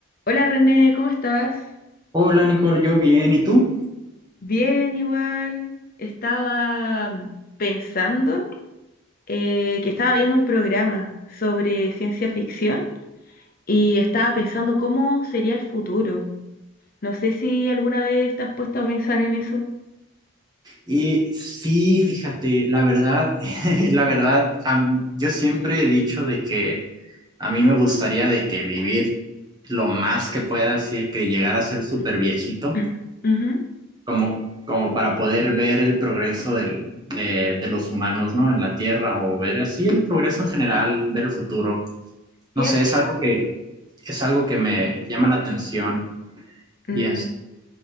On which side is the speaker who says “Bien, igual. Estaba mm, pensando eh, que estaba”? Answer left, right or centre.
Left